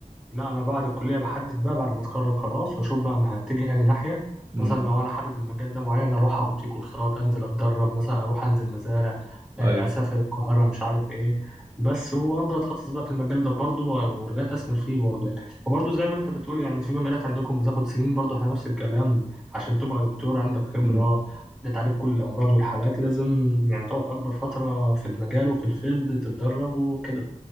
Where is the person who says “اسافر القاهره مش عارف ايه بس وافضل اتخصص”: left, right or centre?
Centre